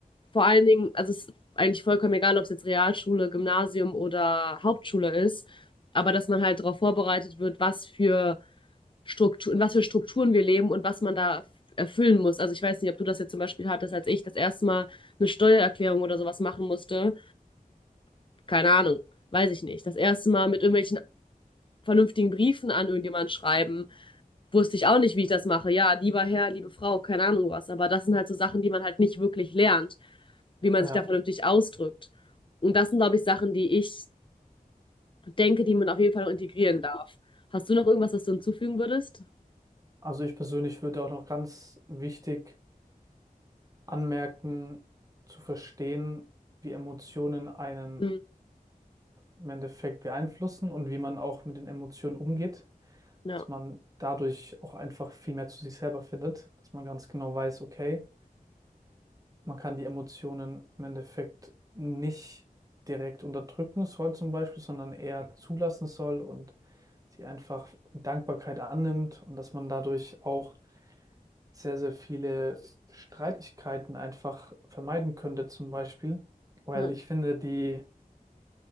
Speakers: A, on the left; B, on the right.
A: vor allen Dingen, also es ist eigentlich vollkommen egal, ob es jetzt Realschule, Gymnasium oder Hauptschule ist, aber dass man halt darauf vorbereitet wird, was für Struktur, in was für Strukturen wir leben und was man da erfüllen muss. Also ich weiß nicht, ob du das jetzt zum Beispiel hattest, als ich das erste Mal eine Steuererklärung oder sowas machen musste. Keine Ahnung, weiß ich nicht. Das erste Mal mit irgendwelchen vernünftigen Briefen an irgendjemanden schreiben, wusste ich auch nicht, wie ich das mache. Ja, lieber Herr, liebe Frau, keine Ahnung was. Aber das sind halt so Sachen, die man halt nicht wirklich lernt, wie man
B: Ja,
A: sich da vernünftig ausdrückt. Und das sind, glaube ich, Sachen, die ich denke, die man auf jeden Fall noch integrieren darf. Hast du noch irgendwas, was du hinzufügen würdest?
B: also ich persönlich würde auch noch ganz wichtig anmerken, zu verstehen, wie Emotionen einen
A: Hm,
B: im Endeffekt beeinflussen und wie man auch mit den Emotionen umgeht,
A: ja.
B: dass man dadurch auch einfach viel mehr zu sich selber findet, dass man ganz genau weiß, okay, man kann die Emotionen im Endeffekt nicht direkt unterdrücken soll zum Beispiel, sondern eher zulassen soll und die einfach Dankbarkeit annimmt und dass man dadurch auch sehr, sehr viele Streitigkeiten einfach vermeiden könnte, zum Beispiel. Weil
A: ja.
B: ich finde, die,